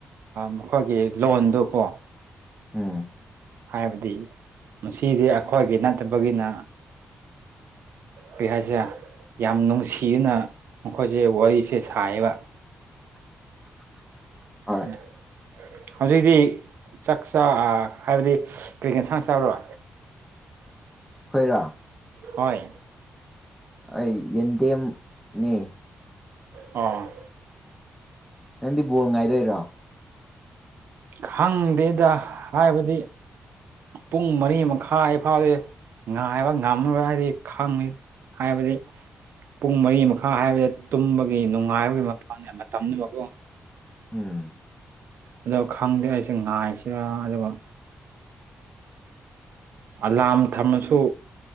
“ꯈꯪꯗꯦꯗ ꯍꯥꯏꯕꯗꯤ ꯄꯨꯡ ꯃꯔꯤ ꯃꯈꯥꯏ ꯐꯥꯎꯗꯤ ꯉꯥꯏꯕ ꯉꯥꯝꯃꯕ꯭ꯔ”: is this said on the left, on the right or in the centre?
Right